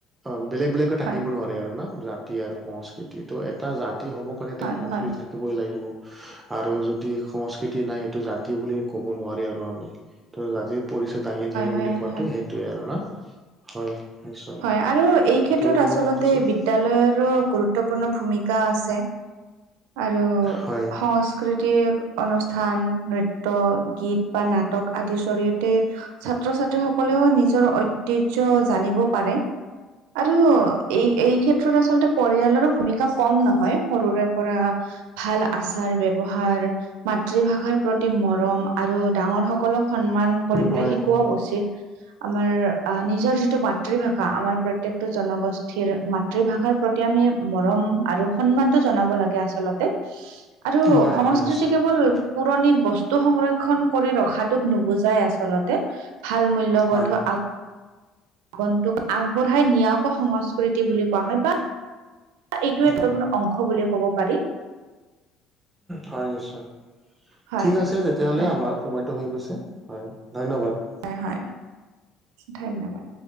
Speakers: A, on the right; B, on the right.
A: অ', বেলেগ বেলেগকৈ থাকিব
B: হয়
A: নোৱাৰেি আৰু ন! ৰাত জাতি আৰু সংস্কৃতি। ত', এটা জাতি হ'ব কাৰণে এটা
B: হয়
A: সংস্কৃতি
B: হয় হয়
A: থাকিবই লাগিব। আৰু যদি সংস্কৃতি নাই এইটো জাতি বুলি ক'ব নোৱাৰি আৰু আমি। ত', জাতিৰ পৰিচয় দাঙি ধৰি
B: হয় হয়
A: বুলি কোৱাটো,
B: হয়
A: সেইটোয়ে আৰু ন! হয়
B: হয় আৰু এই ক্ষেত্ৰত
A: ত'
B: আচলতে
A: ঠিক
B: বিদ বিদ্যালয়ৰো গুৰুত্বপূৰ্ণ ভূমিকা আছে। আৰু
A: হয়
B: সং সাংস্কৃতিক অনুষ্ঠান নৃত্য, গীত বা নাটক আদিৰ জৰিয়তে ছাত্ৰ-ছাত্ৰী সকলেও নিজৰ ঐতিহ্য জানিব পাৰে। আৰু এই,
A: হয়
B: এই ক্ষেত্ৰত আচলতে পৰিয়ালৰো ভূমিকা কম নহয়। সৰুৰে পৰা ভাল আচাৰ ব্যৱহাৰ মাতৃভাষাৰ প্ৰতি মৰম আৰু ডাঙৰ সকলক সন্মান কৰিবলৈ
A: হয়
B: শিকোৱাও উচিত। আমাৰ আহ, নিজৰ যিটো মাত মাতৃভাষা, আমাৰ প্ৰত্যেকটো জনগোষ্ঠীৰ মাতৃভাষাৰ প্ৰতি আমি মৰম আৰু সন্মানটো জনাব লাগে আচলতে। আৰু
A: হয়
B: সংস্কৃতি
A: হয় নিশ্চয়
B: কেৱল
A: নিশ্চয়
B: পুৰণি বস্তু সংৰক্ষন কৰি ৰখাটোক নুবুজাই আচলতে। ভাল মূল্যবোধ
A: হয়
B: আ আগন্তোক আগবঢ়াই নিয়াকৈ সংস্কৃতি বুলি কোৱা হয়। বা এইটো <unintelligible>
A: হয়
B: অংশ বুলিয়ে ক'ব পাৰি।
A: হয় নিশ্চয়।
B: হয়
A: ঠিক আছে, তেতিয়াহলে
B: হয়
A: আমাৰ সময়টো হৈ গৈছে। হয়। ধন্যবাদ।
B: হয়, হয়। ধন্যবাদ।